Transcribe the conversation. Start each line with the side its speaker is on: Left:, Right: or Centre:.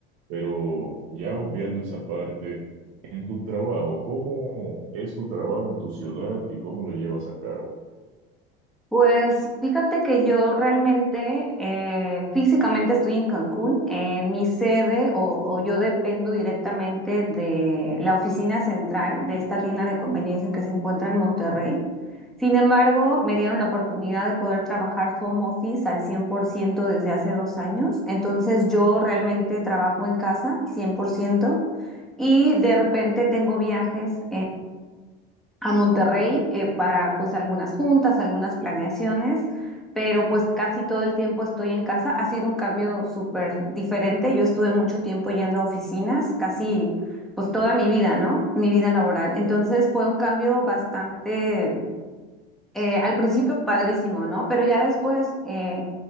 Right: Pero ya obviando esa parte, en tu trabajo, ¿cómo es tu trabajo en tu ciudad y cómo lo llevas a cabo?
Centre: Pues fíjate que yo realmente eh, físicamente estoy en Cancún. Eh, mi sede o, o yo dependo directamente de la oficina central de esta tienda de conveniencia que se encuentra en Monterrey. Sin embargo, me dieron la oportunidad de poder trabajar home office al 100% desde hace dos años. Entonces yo realmente trabajo en casa 100% y de repente tengo viajes a Monterrey eh, para pues algunas juntas, algunas planeaciones, pero pues casi todo el tiempo estoy en casa. Ha sido un cambio súper diferente. Yo estuve mucho tiempo yendo a oficinas, casi pues toda mi vida, ¿no? Mi vida laboral. Entonces fue un cambio bastante eh, al principio padrísimo, ¿no? Pero ya después eh,